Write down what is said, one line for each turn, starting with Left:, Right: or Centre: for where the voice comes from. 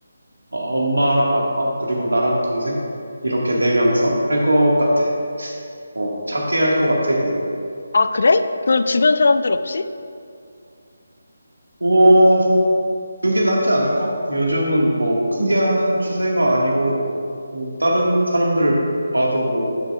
Right: 엄마랑 아빠 그리고 나랑 동생 이렇게 네 명이서 할 것 같아. 어, 작게 할 것 같아 그냥.
Left: 아, 그래? 그 주변 사람들 없이?
Right: 오, 그게 낫지 않을까? 요즘은 뭐 크게 하는 추세가 아니고 뭐 다른 사람들 봐도 뭐